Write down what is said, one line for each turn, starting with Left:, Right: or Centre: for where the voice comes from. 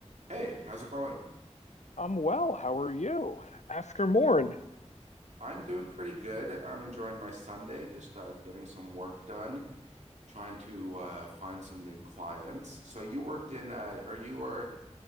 Right: Hey, how's it going?
Left: I'm well. How are you? After Morn.
Right: I'm doing pretty good. I'm enjoying my Sunday, just uh, getting some work done, trying to uh, find some new clients. So you worked in, uh, or you are